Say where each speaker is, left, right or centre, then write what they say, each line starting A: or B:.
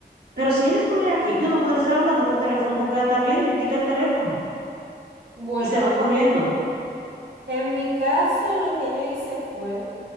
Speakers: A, on the right; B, on the right.
A: pero si él estuviera aquí, yo no podría estar hablando por teléfono porque ella está bien y me quita el teléfono
B: Bueno,
A: y se va corriendo.
B: En mi caso, lo que yo hice fue